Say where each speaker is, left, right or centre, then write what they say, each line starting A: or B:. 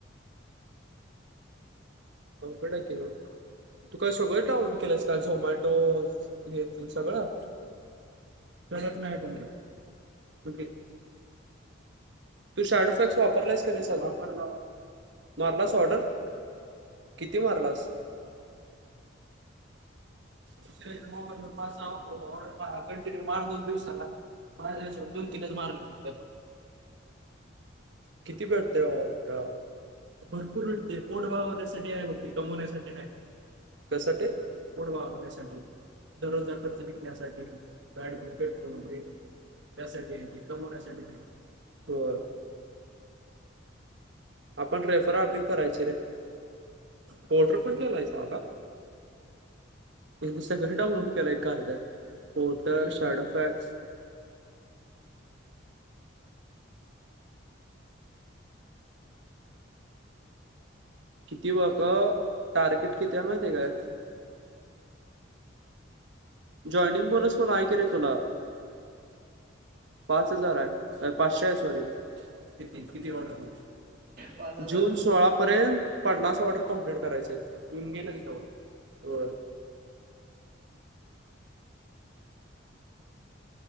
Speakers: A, on the right; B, on the right.
A: कॉन्फिडंटली. तु का सगळं डाउनलोड केलायस का, झोमॅटो हे ते सगळं. सगळंच नाही पण, <inaudible> तू शॅडोफॅक्स वापरलायस का नाही अजुन, मारलास ऑर्डर‌. किती मारलास. दुसऱ्याच्या मोबाईल वर पाच सहा ऑर्डर म कंटिन्यू मार होतो दिवसाला. माझ्या याच्यावर दोन तीनच मारले. किती भेटते ऑर्डर. भरपूर भेटते पोट भागवण्यासाठी आहे बघ ते कमवण्यासाठी नाही. कशासाठी? पोट भागवण्यासाठी- दररोजचा खर्च निघण्यासाठी, गाडीतल पेट्रोल, त्यासाठी ते कमवण्यासाठी नाही बर. आपण रेफर अधिक करायची रे पोर्टर पण केलायस <unintelligible> बरे मग सगळे डाऊनलोड केला एक कारदा पोर्टर
B: हम्म
A: शॅडो फॅक्स किती बघा टार्गेट किती आहे माहिती काय. जॉईनिंग बोनस पण आहे का रे तुला. पाच हजार आहे, पाचशे आहे सॉरी किती किती ऑर्डर वर?
B: पाच हजार
A: जून सोळा पर्यंत पन्नास ऑर्डर कंप्लीट करायचेत, जून गेलं कि तवा. हो.